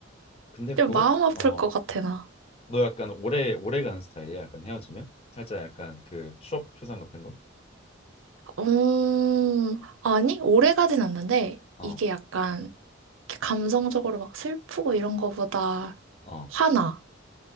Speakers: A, on the left; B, on the right.
A: 근데 그것
B: 좀 마음 아플
A: 어,
B: 것 같아, 나.
A: 너 약간 오래 오래 가는 스타일이야. 약간 헤어지면 살짝 약간 그 추억 회상 같은 거?
B: 음, 아니, 오래 가진 않는데
A: 어,
B: 이게 약간 이렇게 감성적으로 막 슬프고 이런 거보다
A: 어.
B: 화나.